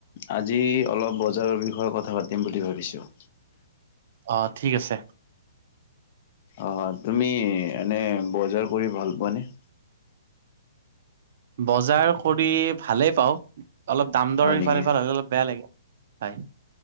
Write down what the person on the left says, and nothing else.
আজি অলপ বজাৰৰ বিষয়ে কথা পাতিম বুলি ভাবিছোঁ।
অ তুমি এনে বজাৰ কৰি ভাল পোৱানে।
হয়
নেকি